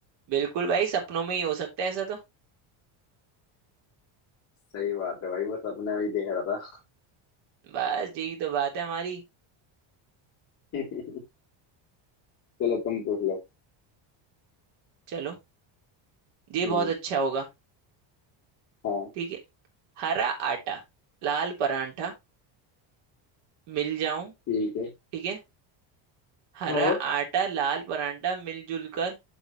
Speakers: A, on the right; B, on the left.
A: बिल्कुल भाई सपनों में ही हो सकता है ऐसा तो
B: सही बात है भाई बस अपने में ही देख रहा था
A: बस यही तो बात है हमारी
B: <laughs> चलो तुम पूछ लो
A: चलो ये बहुत
B: हम्म
A: अच्छा होगा
B: हाँ
A: ठीक है हरा आटा लाल परांठा मिल जाऊं
B: ठीक है
A: ठीक है हरा
B: हाँ
A: आटा लाल परांठा मिलजुल कर